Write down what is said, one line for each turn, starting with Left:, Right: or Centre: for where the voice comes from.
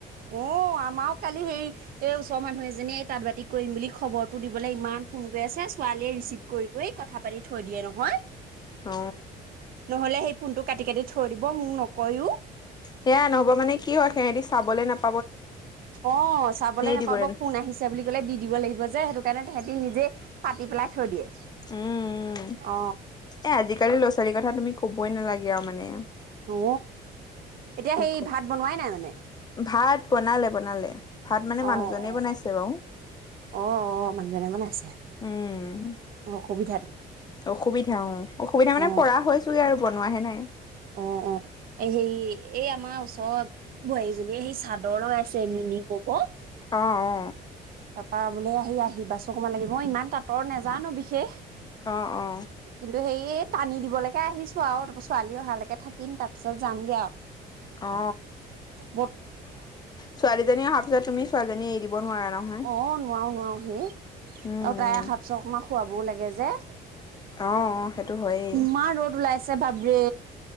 Right: অ, আমাও কালি হেই এই ওচৰৰ মানুহে এজনীয়ে তাঁত বাতি কৰিম বুলি খবৰটো দিবলে ইমান ফোন কৰি আছে, ছোৱালীয়ে ৰিচিভ কৰি কৰি কথা পাতি থৈ দিয়ে নহয়।
Left: অ
Right: নহ'লে সেই ফোনটো কাটি কাটি। থৈ দিব, মোক নকয়ো।
Left: সেয়া নহ'ব মানে কি হয়, সিহঁতি চাবলে নাপা
Right: অ চাবলে নাপাব
Left: দিবলৈ
Right: ফোন আহিছে বুলি কলে দি দিব লাগিব যে, সেইটো কাৰণে তেহেতি নিজে পাতি পেলাই থৈ দিয়ে।
Left: উম উম উম,
Right: অ
Left: এ আজিকালি ল'ৰা ছোৱালীৰ কথা তুমি ক'বই নালাগে আও মানে।
Right: অ। এতিয়া
Left: কি
Right: সেই
Left: ক
Right: ভাত বনোৱাই নাই মানে?
Left: ভাত, বনালে বনালে। ভাত মানে
Right: অ,
Left: মানুহজনে
Right: অ,
Left: বনাইছে বাৰু
Right: অ, অ, মানুহজনে বনাইছে,
Left: উম
Right: সুবিধাটো।
Left: অসুবিধা অ, অসুবিধা মানে
Right: অ
Left: পৰা হৈছোঁয়ে আৰু ব নোৱাহে নাই।
Right: অ অ এ হেই, এই আমাৰ ওচৰত বো য়ে, সেই চাদৰ লগাইছে, নুনি বব।
Left: অ অ
Right: তাপা বোলে আহি আহি বাছ অকমান লাগিব, মই ইমান তাঁতৰ নেযানো বিশেষ।
Left: অ অ
Right: কিন্তু শেইয়ে টানি দিবলেকে আহিছো আও, তাপাচ ছোৱালী অহালৈকে থাকিম তাৰপিছত যামগে আও।
Left: অ অ
Right: ব
Left: ছোৱালজনী অহা পাছত তুমি ছোৱীজনী এৰি দিব। নোৱাৰা নহয়
Right: অ নোৱাৰো নোৱাৰো হুনো
Left: উম
Right: আউ
Left: উম
Right: তাই শাক চকমা খোৱাবও লাগে যে। <unintelligible>
Left: অ অ সেইটো হয়েই
Right: ইমান ৰ'দ ওলাই। আছে ভাবৰে।